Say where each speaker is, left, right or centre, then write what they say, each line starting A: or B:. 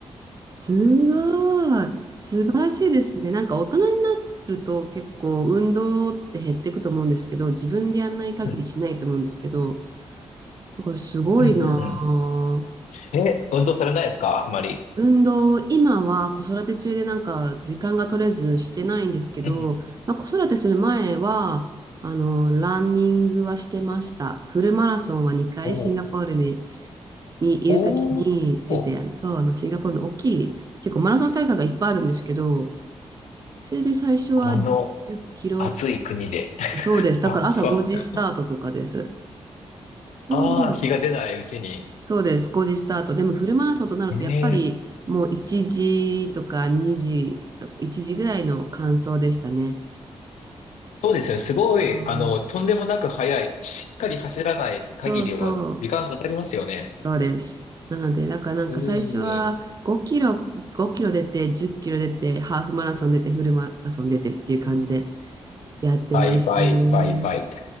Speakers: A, on the right; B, on the left.
A: すごい。素晴らしいですね。なんか大人になると結構運動って減っていくと思うんですけど、自分でやんない限りしないと思うんですけど、
B: うん。
A: だからすごいなあ。
B: うんうんうん。え、運動されないですかあまり。
A: 運動、今は子育て中でなんか時間が取れずしてないんですけど、
B: うんうん
A: まあ、子育てする前は、あの、ランニングはしてました。フルマラソンは2回シンガポールに、
B: おう
A: にいるときに出て、
B: おう、おう
A: あのそう、あの、シンガポールの大きい、結構マラソン大会がいっぱいあるんですけど、それで最初は10キロ、
B: あの暑い国で。<laughs>
A: そうです。だから朝5時スタートとかです。
B: まあ、そう。
A: そう
B: ああ、日が出ないうちに。
A: そうです、5時スタート。でもフルマラソンとなると、
B: ええ、
A: やっぱりもう1時とか2時とか1時ぐらいの完走でしたね。
B: そうですよね。すごい、
A: そ
B: あの、とんでもなく速い。しっかり走らない限りは時間がかかりますよね。
A: うそうそう、そうです。なので、だからなんか最初は5キロ、
B: うー、
A: 5キロ出て、10キロ出て、ハーフマラソン出て、フルマラソン出てっていう感じでやってましたね。
B: 倍、倍、倍、倍。